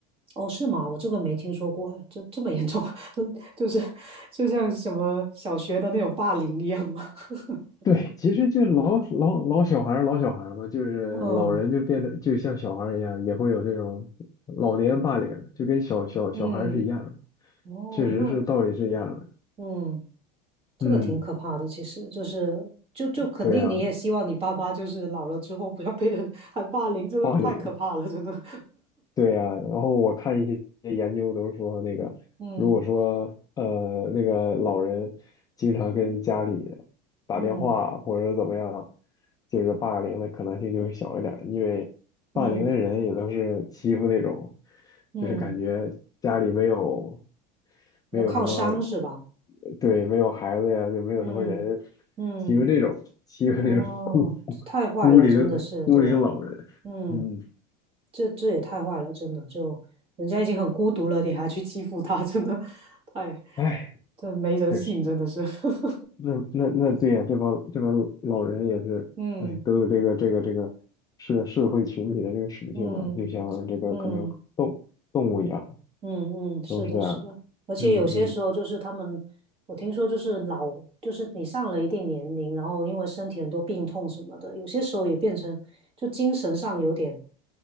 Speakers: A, on the right; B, on the left.
A: 哦，是吗？我这个没听说过，这这么严重，<laughs> 就是就像什么小学的那种霸凌一样吗？<laughs>
B: 对，其实就老老老小孩儿老小孩儿嘛，就是老人就变得就像小孩儿一样，
A: 嗯
B: 也会有这种老年霸凌，就跟小小小孩儿是一样的，
A: 嗯，哦，
B: 确实是道理是一样的。
A: 那嗯，这个挺可怕的，
B: 嗯，
A: 其实就是就就肯定你也希望你爸爸就是老了之后不要被人还霸凌，
B: 对呀、
A: 这个太可怕了，
B: 霸凌，
A: 真的。<laughs>
B: 对呀，然后我看一些研究都是说，那个如果说呃那个老人经常跟家里
A: 嗯
B: 打电话或者怎么样，
A: 嗯
B: 就是霸凌的可能性就会小一点儿因为霸凌的人也都是欺负那种，
A: 嗯嗯，
B: 就是感觉家里没有
A: 要靠山是吧？
B: 没有什么，对，没有孩子呀，就没有什么人
A: 嗯嗯，
B: 欺负这种欺负这种孤
A: 哦，太坏了，
B: 孤零孤零老人，
A: 真的是，对，嗯。
B: 嗯。
A: 这这也太坏了，真的，就人家已经很孤独了，你还去欺负他，真的太，
B: 哎，唉
A: 这没人性，
B: 确实，
A: 真的是。<laughs>
B: 那那那对呀、这帮这帮老人也是，
A: 嗯
B: 哎，都有这个这个这个社社会群体的这个属性嘛，
A: 嗯
B: 就像这个可能动动物一样，
A: 嗯嗯嗯，是的，
B: 都是这样。
A: 是的，而且有些时候就是他们，
B: 嗯嗯，
A: 我听说就是老，就是你上了一定年龄，然后因为身体很多病痛什么的，有些时候也变成就精神上有点